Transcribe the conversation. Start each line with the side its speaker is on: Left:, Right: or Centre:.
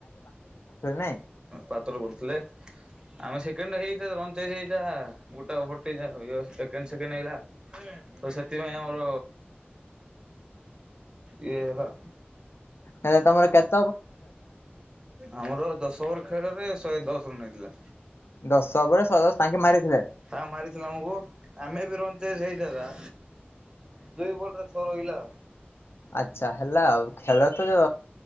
Left: ନାଇଁ?
Right: ପାତ୍ରପୁରୁ ଥିଲେ। ଆମେ ସେକେଣ୍ଡ ହେଇଚୁ ରନ୍ ଚେଞ୍ଜ ହେଇ ଯାହା <unintelligible> ସେକେଣ୍ଡ ସେକେଣ୍ଡ ହେଇ ତ ସେଥିପାଇଁ ଆମର ଇଏ ହେଲା
Left: ହେଲେ ତମର କେତ
Right: ଆମର ଦଶ ଓଭର ଖେଳରେ ଶହେ ଦଶ ରନ ହେଇଥିଲା।
Left: ଦଶ ଶହେ ଦଶ ତାଙ୍କେ ମାରିଥିଲେ?
Right: ତ ମାରିଥିଲ ଆମକୁ ଆମେ ବି ରନ୍ ଚେଞ୍ଜ ହେଇଥାନ୍ତା ଦୁଇ ବୋଲରେ ଛ ରହିଲା।
Left: ଆଚ୍ଛା ହେଲା ଆଉ ଖେଳ ତ ଯ